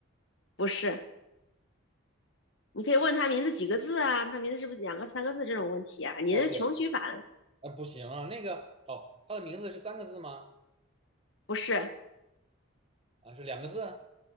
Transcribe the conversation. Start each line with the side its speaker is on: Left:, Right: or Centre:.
Left: <laughs> 不是。你可以问他名字几个字啊，他名字是不是两个三个字这种问题啊？你的穷举法
Right: 哦，对，呃，不行啊，那个哦，他的名字是三个字吗？
Left: 不是，
Right: 啊，是两个字？